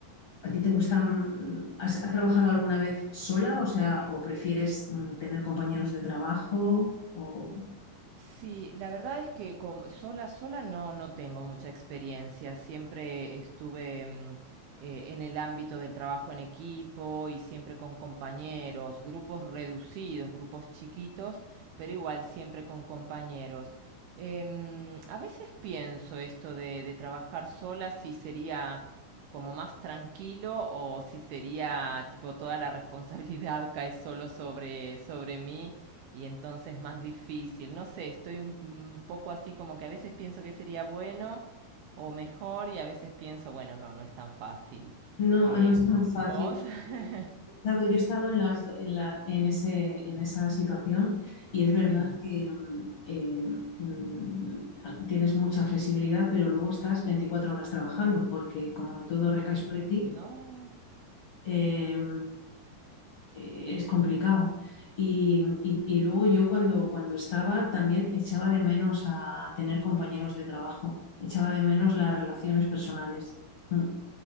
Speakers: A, on the left (about 70°); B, on the right (about 80°).
A: a ti te gustan, mm, has, has trabajado alguna vez sola, o sea, o prefieres mm, tener compañeros de trabajo, o
B: Sí, la verdad es que com- sola, sola no, no tengo mucha experiencia. Siempre estuve mm, eh, en el ámbito del trabajo en equipo y siempre con compañeros, grupos reducidos, grupos chiquitos, pero igual siempre con compañeros. Em, a veces pienso esto de, de trabajar sola, si sería como más tranquilo o si sería tipo toda la responsabilidad <laughs> cae solo sobre, sobre mí y entonces más difícil. No sé, estoy un un poco así como que a veces pienso que sería bueno o mejor y a veces pienso, bueno, no, no es tan fácil.
A: no,
B: Eh,
A: no es tan fácil.
B: ¿vos? <laughs>
A: Dado, yo he estado en, las do- en, la- en ese, en esa situación y es
B: Sí,
A: verdad que mm, eh, mm, tienes mucha flexibilidad, pero luego estás 24 horas trabajando porque como todo recae sobre ti,
B: no.
A: eh, eh, es complicado. Y, y- y luego yo cuando, cuando estaba también echaba de menos a tener compañeros de trabajo, echaba de menos las relaciones personales. Mm,